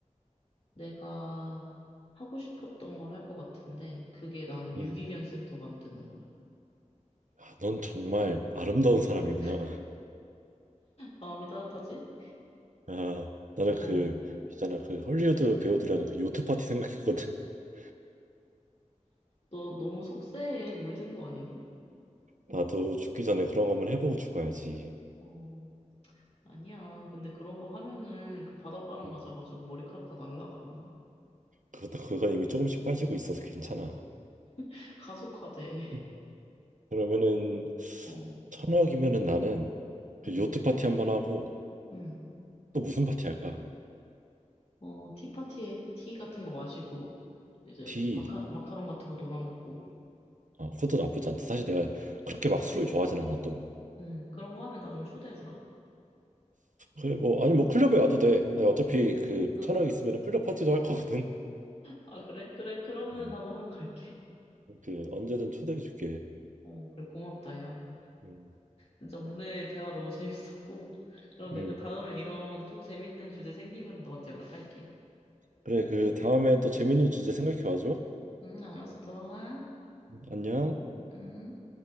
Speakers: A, on the left (about 50°); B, on the right (about 80°).
A: 내가 하고 싶었던 걸 할 것 같은데, 그게 나는
B: 음,
A: 유기견 센터 만드는 거야.
B: 아, 넌 정말 아름다운
A: <laughs>
B: 사람이구나.
A: 마음이 따뜻하지?
B: 아, 나는 그
A: 어.
B: 있잖아 그 헐리우드 배우들이 하는 그 요트 파티 생각했거든. <laughs>
A: 너 너무 속세에 물든 거 아니니?
B: 나도 죽기 전에 그런 거 한번 해보고 죽어야지.
A: 어, 아니야. 근데 그런 거 하면은 그 바닷바람
B: 음,
A: 맞아가지고 머리카락 다 날라가.
B: 그것도 그건 이미 조금씩 빠지고 있어서 괜찮아.
A: <laughs> 가속화돼.
B: 음, 그러면은
A: 어,
B: 천억이면은 나는 그
A: 응,
B: 요트 파티 한번 하고
A: 응.
B: 또 무슨 파티 할까?
A: 어, 티파티에 티 같은 거 마시고, 이제
B: 디
A: 마카, 마카롱 같은 거 도나 먹고,
B: 어, 그것도 나쁘지 않다. 사실 내가 그렇게 막 술을 좋아하진 않아 또.
A: 음, 그런 거 하면 나 좀 초대해주라.
B: 그래 뭐 아니 뭐 클럽에 와도 돼. 내가 어차피 그
A: 응.
B: 천억 있으면 클럽 파티도 할 거거든.
A: 아, 그래? 그래, 그러면
B: 음.
A: 나도 한번 갈게.
B: 그 언제든 초대해 줄게.
A: 어, 그래, 고맙다, 야.
B: 음,
A: 진짜 오늘 대화 너무 재밌었고, 그럼 내가
B: 음.
A: 다음에 이런 또 재밌는 주제 생기면 너한테 연락할게.
B: 그래 그 다음에 또 재밌는 주제 생각해 와줘.
A: 응, 알았어, 들어가.
B: 음, 안녕.
A: 응.